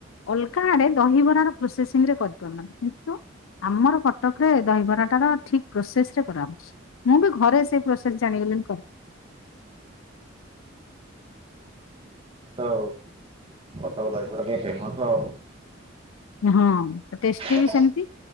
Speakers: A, on the left; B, on the right.
A: ଅଲଗା ଆଡେ ଦହିବରା ପ୍ରୋସେସିଂରେ କରିପାରୁନାହାନ୍ତି କିନ୍ତୁ ଆମର କଟକରେ ଦହିବରା ଟା ର ଠିକ ପ୍ରୋସେସରେ କରାଯାଉଛି ମୁଁ ବି ଘରେ ସେଇ ପ୍ରୋସେସ ଜାଣିଗଲିଣି କରେ
B: କଟକ ଦହିବରା ପୁରା ଫେମସ ଆଉ
A: ହଁ ଟେଷ୍ଟି
B: ହୁଁ
A: ବି ସେମିତି